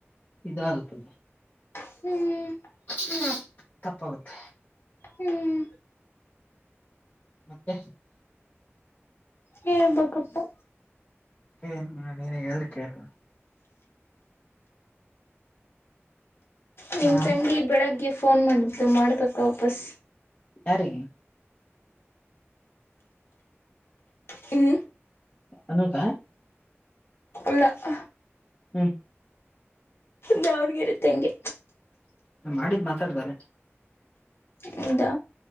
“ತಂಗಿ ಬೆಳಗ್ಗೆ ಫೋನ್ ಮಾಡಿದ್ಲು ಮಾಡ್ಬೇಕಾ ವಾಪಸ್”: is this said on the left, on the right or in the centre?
Left